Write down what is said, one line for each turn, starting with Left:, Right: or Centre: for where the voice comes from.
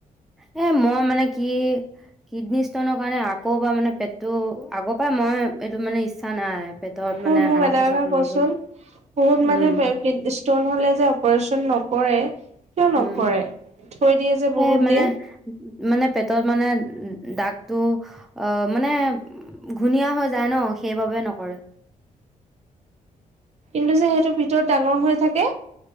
Centre: এ মই মানে কি কিডনী ষ্টনৰ কাৰণে আকৌ বা মানে পেটটো আগৰ পৰাই মই এইটো মানে ইচ্ছা নাই পেটত
Right: তই
Centre: মানে
Right: মোক
Centre: হানা
Right: এটা
Centre: খোচা
Right: কথা
Centre: কৰি
Right: কচোন
Centre: লবলৈ
Right: বহুত মানুহে
Centre: উম
Right: কিডনী ষ্টন হ'লে যে অপাৰেচন নকৰে কিয় নকৰে?
Centre: উম
Right: থৈ দিয়ে যে বহুত
Centre: এই মানে
Right: দিন।
Centre: মানে পেটত মানে দাগটো আহ মানে ঘোনীয়া হৈ যায় ন সেইবাবে নকৰে
Right: কিন্তু যে সেইটোৰ ভিতৰত ডাঙৰ হৈ থাকে